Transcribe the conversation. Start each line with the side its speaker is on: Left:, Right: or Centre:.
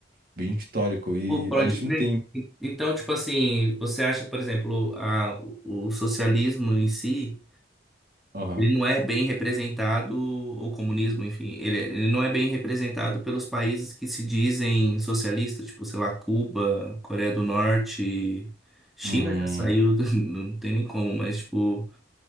Right: bem histórico. E
Centre: Pô, pode
Right: a gente
Centre: crer.
Right: não tem.
Centre: E- Então, tipo assim, você acha, por exemplo, a, o o socialismo em si,
Right: Aham.
Centre: ele não é bem representado, o comunismo, enfim, ele, ele não é bem representado pelos países que se dizem socialistas, tipo, sei lá, Cuba, Coreia do Norte, China
Right: Hum,
Centre: já saiu, <laughs> não tem nem como, mas, tipo,